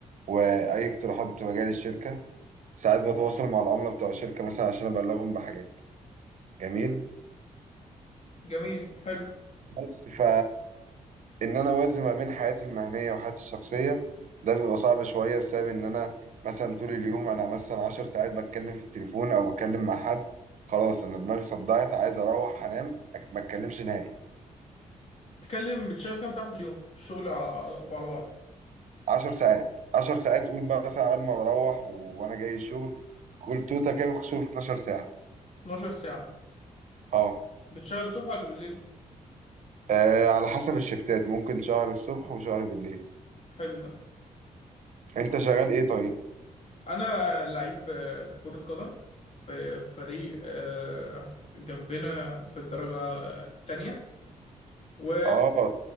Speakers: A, on the right; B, on the left.
A: واي اقتراحات بتبقى جايه للشركه ساعات بتواصل مع العملاء بتوع الشركه مثلا عشان ابلغهم بحاجات جميل
B: جميل حلو
A: بس ف ان انا اوازن ما بين حياتي المهنيه وحياتي الشخصيه ده بيبقى صعب شويه بسبب ان انا مثلا طول اليوم انا مثلا عشر ساعات بتكلم في التليفون او بتكلم مع حد خلاص انا دماغي صدعت عايز اروح انام أك- ما اتكلمش نهائي
B: تتكلم بتشتغل كام ساعة في اليوم الشغل على على بعضه
A: عشر ساعات عشر ساعات قول بقى مثلا قبل ما بروح و... وانا جاي الشغل قول توتا كده بخش في 12 ساعه
B: 12 ساعة
A: اه
B: بتشتغل الصبح ولا بالليل
A: آه، على حسب الشفتات ممكن شهر الصبح وشهر بالليل
B: حلو ده
A: انت شغال ايه طيب
B: أنا لعيب آه، كرة قدم في فريق آه، جنبنا في الدرجة آه، التانية و
A: اه